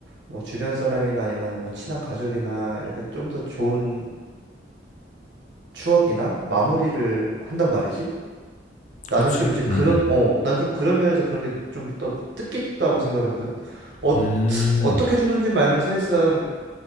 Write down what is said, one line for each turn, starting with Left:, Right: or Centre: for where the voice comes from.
Right: 뭐 주변 사람이나 아니면 뭐 친한 가족이나 이렇게 좀 더 좋은 추억이나 마무리를 한단 말이지. 나는
Left: 그치?
Right: 좀 이제 그런,
Left: 음, 음.
Right: 어, 난 좀 그런 면에서 그런 게 좀 더 뜻깊다고 생각하거든. 어,
Left: 음,
Right: 어떻게 죽는지 말면 사실상